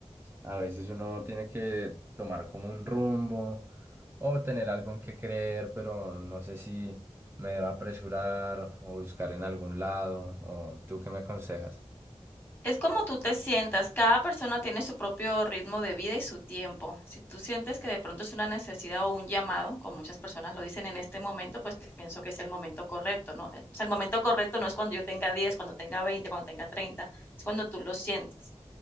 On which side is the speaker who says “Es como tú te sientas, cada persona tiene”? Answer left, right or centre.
Left